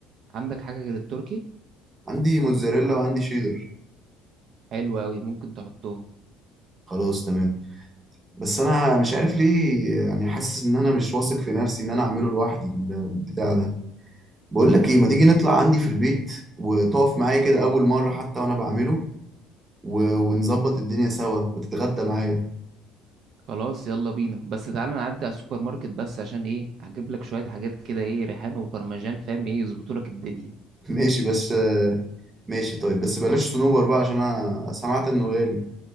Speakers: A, on the right; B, on the right.
A: عندك حاجة غير التركي
B: عندي موتزاريلا وعندي شيدر
A: حلو قوي ممكن تحطهم
B: خلاص تمام بس انا مش عارف ليه يعني حاسس ان انا مش واثق في نفسي ان انا اعمله لوحدي ال- البتاع ده بقول لك ايه ما تيجي نطلع عندي في البيت وتقف معايا كده اول مرة حتى وانا بعمله و... ونظبط الدنيا سوا وتتغدى معايا
A: خلاص يلا بينا بس تعالى نعدي على السوبر ماركت بس عشان ايه هجيب لك شوية حاجات كده ايه ريحان وبرمجان فاهم ايه يظبطوا لك الدنيا
B: <laughs> ماشي بس ماشي طيب بس بلاش صنوبر بقى عشان انا سمعت انه غالي